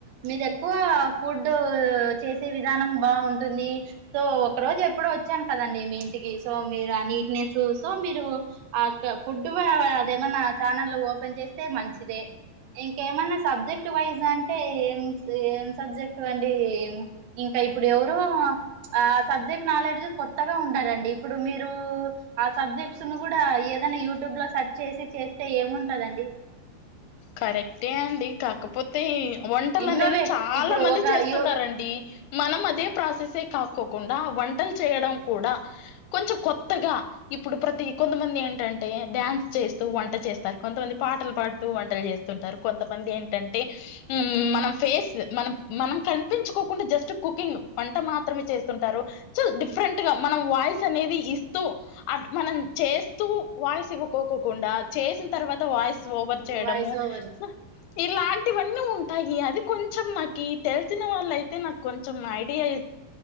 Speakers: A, on the right; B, on the left.
A: మీది ఎక్కువ ఫుడు చేసే విధానం బావుంటుంది. సో ఒక్రోజు ఎప్పుడో వచ్చాను కదండి. మీ ఇంటికి సో మీరా నీట్నెస్ సో మీరు ఆ క ఫుడు ఆ దేమన్నా ఛానల్ ఓపెన్ చేస్తే మంచిదే. ఇంకేమన్నా సబ్జెక్ట్ క్ట్ వైజ్ అంటే. ఏం ఏం సబ్జెక్ట్ అండి. ఇంకా ఇప్పుడు ఎవరు ఆ సబ్జెక్ట్ నాలెడ్జ్ కొత్తగా ఉండాలాండి. ఇప్పుడు మీరు ఆ సబ్జెక్ట్స్ ను కూడా ఏదైనా యూట్యూబ్ లో సర్చ్ చేసి చేస్తే ఏముంటదండి.
B: కరెక్టే అండి. కాకపోతే వంటలు
A: ఇన్నోవేట్
B: అనేవి చాలా
A: ఇప్పుడు
B: మంది
A: ఒక
B: చేస్తున్నరాండి.
A: యు
B: మనం అదే ప్రాసెస్సే కాక్కోకుండా వంటలు చేయడం కూడా. కొంచెం కొత్తగా, ఇప్పుడు ప్రతి కొంతమంది ఏంటంటే డ్యాన్స్ చేస్తూ వంట చేస్తారు, కొంతమంది పాటలు పాడ్ తూ వంటలు చేస్తుంటారు. కొంతమంది ఏంటంటే, ఊమ్ మనం ఫేస్ మనం మనం కనిపించుకోకుండా. జస్ట్ కుకింగ్, వంట మాత్రమే చేస్తుంటారు. చ్ డిఫరెంట్ గా మనం. వాయిస్ అనేది ఇస్తూ, అట్ మనం చేస్తూ వాయిస్ ఇవ్వకోకుండా. చేసిన తర్వాత వాయిస్. చేయడము.
A: వాయిస్ ఓవర్
B: హా ఇలాంటివన్నీ ఉంటాయి. అది కొంచెం నాకీ తెలిసిన వాళ్ళ అయితే నాకు కొంచెం ఐడియా ఇచ్.